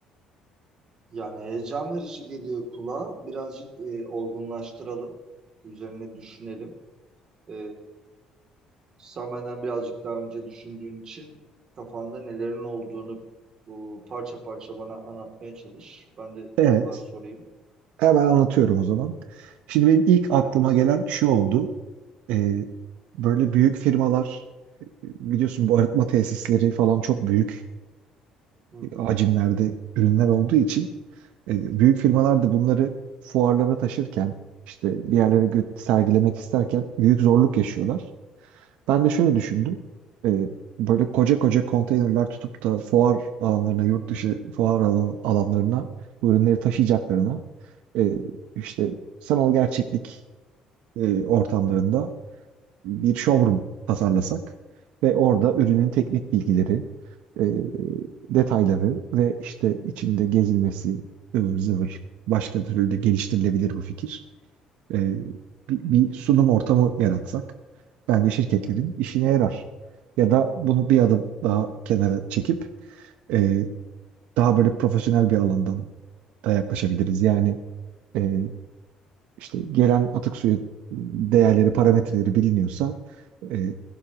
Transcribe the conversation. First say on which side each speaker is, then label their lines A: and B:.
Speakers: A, on the right; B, on the right.
A: Yani heyecan verici geliyor kulağa. Birazcık e, olgunlaştıralım. Üzerine düşünelim. E, sen benden birazcık daha önce düşündüğün için kafanda nelerin olduğunu bu parça parça bana anlatmaya çalış. Ben de
B: Evet.
A: sorular sorayım.
B: Hemen anlatıyorum o zaman. Şimdi benim ilk aklıma
A: Evet.
B: gelen şu oldu. Ee, böyle büyük firmalar biliyorsun bu arıtma tesisleri falan çok büyük
A: Hı hı.
B: hacimlerde ürünler olduğu için e, büyük firmalar da bunları fuarlara taşırken işte bir yerlere gö- sergilemek isterken büyük zorluk yaşıyorlar. Ben de şöyle düşündüm. Ee, böyle koca koca konteynerler tutup da fuar alanlarına, yurt dışı fuar alan, alanlarına bu ürünleri taşıyacaklarına e, işte sanal gerçeklik e, ortamlarında bir showroom tasarlasak ve orada ürünün teknik bilgileri, e, detayları ve işte içinde gezilmesi ıvır zıvır başka türlü de geliştirilebilir bu fikir e, bir, bir sunum ortamı yaratsak bence şirketlerin işine yarar. Ya da bunu bir adım daha kenara çekip e, daha böyle profesyonel bir alandan da yaklaşabiliriz. Yani e, işte gelen atık suyu değerleri, parametreleri biliniyorsa e,